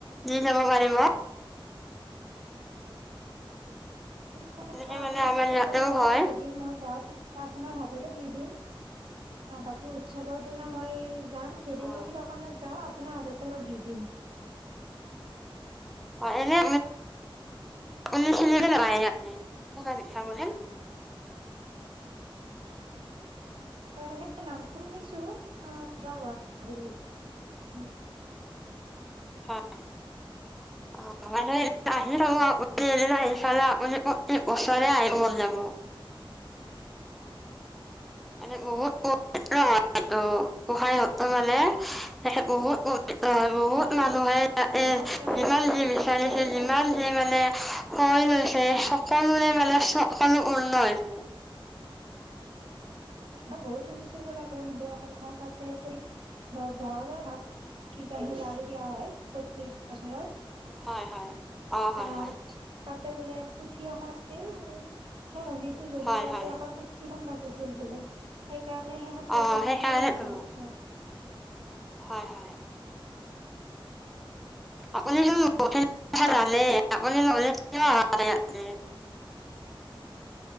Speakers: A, in the centre; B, on the right.
A: দি যাব পাৰিম
B: ঠিক আছে
A: এনেকে
B: মই আপোনাক
A: মানে আমাৰ
B: ফোন
A: ইয়াতেও
B: কৰিম বাৰু
A: হয়
B: যদি মই যাওঁ আপোনাৰ হাততে দি দিম বাকী উৎসৱৰ দিনা মই যাম যদি
A: অ
B: মই কিবা কাৰণত যাওঁ আপোনাৰ হাততে মই দি দিম
A: অ এনে আপুনি চিনি নাপাই ইয়াক নো
B: এনে নামটো শুনিছোঁ যোৱা হোৱা নাই আজিলৈকে
A: হয় অ মানে আহি চাব আপুনি এদিন আহি পালে আপুনি প্ৰত্যেক বছৰে আহিব মন যাব মানে বহুত অ অ সহায় হব মানে তাকে বহুত বহুত অ বহুত
B: হয়
A: মানুহে তাতেইযিমান
B: হয় হয় এইটো
A: যি বিচাৰিছে
B: বহুত
A: যিমান
B: পাইছোঁ
A: যি মানে হৈ লৈছে সকলোৰে মানে সকলো উন নয় হৈছে
B: বহুত শুনিছোঁ বৰহাটৰ মন্দিৰৰ কথা তাতে পৰিক--বহাগৰ মাহত কিজানি লাৰু দিয়া হয় প্ৰত্যেক বছৰৰ
A: হয় হয় অ হয়
B: আহ
A: হয়
B: তাতে বোলে পুথি এখন আছিল সেই মন্দিৰ টো জ্বলি
A: হয়
B: যাওঁতে
A: হয়
B: অকল পুথিখন বাছি বাছিল বোলে সেইকাৰণে সেই সত্ৰটো
A: অ সেইকাৰণেতো
B: নাম পুৰা ভিতৰ সত্ৰ
A: হয় হয় আপুনি হেই পুথিৰ <unintelligible> পালে আপুনি ললে